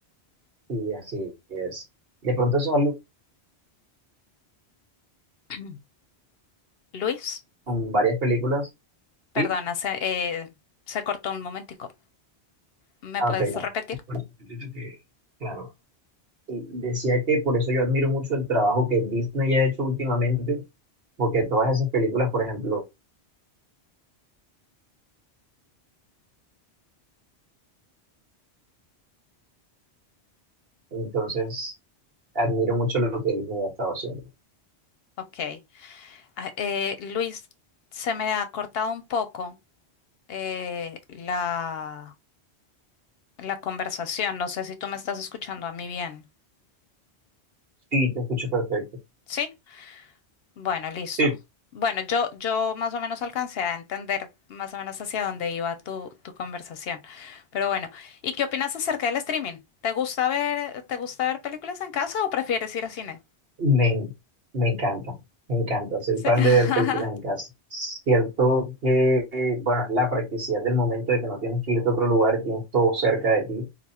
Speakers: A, on the right (about 60°); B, on the left (about 65°).
A: y así es. De pronto eso es algo
B: <clears throat> Luis,
A: con varias películas,
B: perdona,
A: ¿sí?
B: se, eh, se cortó un momentico. ¿Me
A: Ah,
B: puedes
A: ok, no.
B: repetir?
A: Repito que, claro. Y decía que por eso yo admiro mucho el trabajo que Disney ha hecho últimamente, porque todas esas películas, por ejemplo, entonces Admiro mucho lo que Disney ha estado haciendo.
B: Ok. Ah, eh, Luis, se me ha cortado un poco eh, la, la conversación. No sé si tú me estás escuchando a mí bien.
A: Sí, te escucho perfecto.
B: ¿Sí? Bueno, listo.
A: Sí,
B: Bueno, yo, yo más o menos alcancé a entender más o menos hacia dónde iba tu, tu conversación. Pero bueno, ¿y qué opinas acerca del streaming? ¿Te gusta ver, te gusta ver películas en casa o prefieres ir al cine?
A: me, en- me encanta, me encanta. Soy
B: Sí.
A: fan
B: <laughs>
A: de ver películas en casa. Cierto que, eh, bueno, es la practicidad del momento de que no tienes que irte a otro lugar, tienes todo cerca de ti.